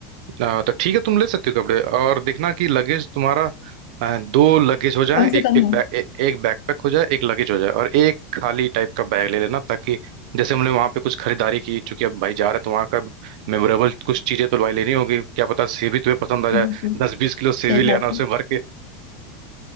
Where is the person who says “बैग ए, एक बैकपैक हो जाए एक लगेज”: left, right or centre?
Right